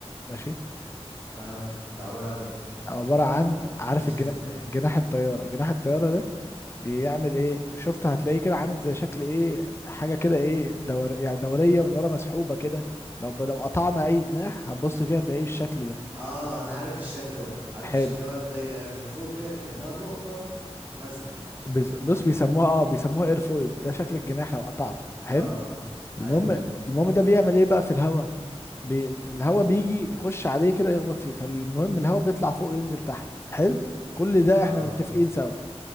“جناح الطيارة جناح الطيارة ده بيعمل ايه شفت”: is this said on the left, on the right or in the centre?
Left